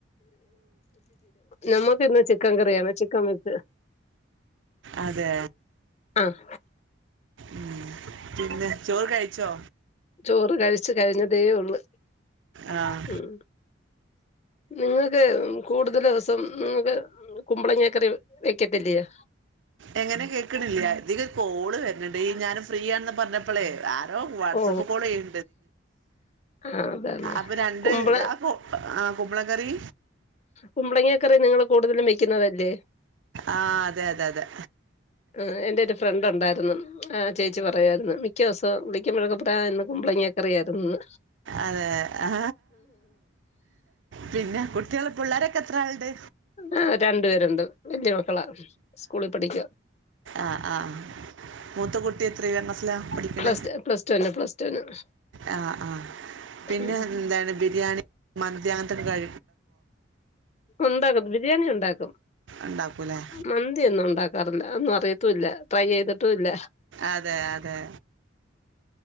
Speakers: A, on the left; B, on the right.
A: നമ്മുക്കിന്ന് ചിക്കൻ കറിയാണ് ചിക്കൻ വ
B: അതേ
A: ആഹ്
B: ഉം പിന്നെ ചോറ് കഴിച്ചോ
A: ചോറ് കഴിച്ചു കഴിഞ്ഞതേ ഉള്ളു
B: ആഹ്
A: ഉം നിങ്ങൾക്ക് കൂടുതൽ ദിവസം നിങ്ങക്ക് കുമ്പളങ്ങക്കറി വെക്കത്തില്ലയോ
B: എങ്ങനെ കേൾക്ക്‌ണില്ല തിലൊരു കോള് വര്ണ് ണ്ട്‌ ഈ ഞാന് ഫ്രീ ആണെന്ന് പറഞ്ഞപ്പളെ വാട്സപ്പ്
A: ഓ
B: കോൾ ചെയ
A: ആഹ് അതാണ്
B: അൊ ര
A: കുമ്പള
B: ആ കൊള കറി
A: കുമ്പളങ്ങക്കറി നിങ്ങള്ൾ കൂടുതലും വെക്കുന്നതല്ലേ
B: ആ അതെ അതെ അതെ
A: ആ എന്റെ ഒരു ഫ്രണ്ട് ഉണ്ടായിരുന്നു ആ ആഹ ചേച്ചി പറയമായിരുന്നു മിക്ക ദിവസം വിളിക്കുമ്പഴേക്കപ്പാ എന്നന്ന് കുമ്പളങ്ങേക്കറിയായിരുന്നുന്ന്
B: അതെ ആ പിന്നെ കുട്ടികൾ പിള്ളേരൊക്കെ എത്ര ആളുണ്ട്
A: ആ രണ്ടു പേരുണ്ട് വലയ മക്കളാ സ്കൂളിൽ പഠിക്കുക
B: ആഹ ആഹ മൂത്ത കുട്ടി എത്ര ക്ലാസിലാ പഠിക്കണ
A: പ്ലസ് ടു പ്ലസ് ടുവിന് പ്ലസ് ടുവിന്
B: ആഹ ആഹ പിന്നെ
A: ഉം
B: എന്താണ് ബിരിയാണി മനുധാനത്തി കഴ
A: ഉണ്ടാക്കും ബിരിയാണി ഉണ്ടാക്കും
B: ഉണ്ടാക്കൂലേ
A: മന്തി ഒന്നും ഉണ്ടാക്കും റില്ല ഒന്നും അറിയത്തല്ല ട്രൈ ചെയ്തിട്ടുംല്ല
B: അതെ അതെ